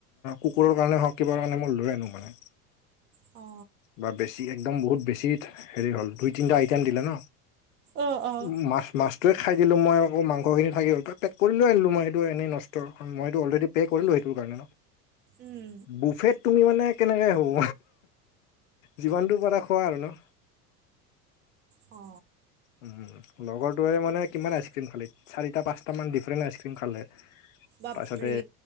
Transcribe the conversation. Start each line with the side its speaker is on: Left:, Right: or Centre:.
Left: কুকুৰৰ, কাৰণে হওক কিবাৰ কাৰণে মই লৈ আনো মানে।
Right: অ
Left: বা বেছি একদম বহুত বেছি হেৰি হ'ল দুই -তিনিটা আইটেম দিলে ন।
Right: অঁ অঁ
Left: উ মাছ, - মাছ সেইটো খাই দিলোঁ মইকৌ মাংসখিনি, থাকিলঁ ত পেক কৰিলে আনিলো মই স এইটো এই নষ্ট কাৰ মইটো অলৰেড, পে', কৰিলোঁ সেইটো কাৰণে।
Right: উম।
Left: বুফেত তুমি মানে কেনেকে হ'ব যিমানটো পৰা খোৱা আৰু ন।
Right: অ।
Left: উ লগৰটোৱে মানে কিমান আইচক্ৰীম খালে, চাৰিটা পাঁচটা মান ডিফাৰেন্ট আইচক্ৰীম খালে। তাৰ
Right: বাপৰে
Left: পছতে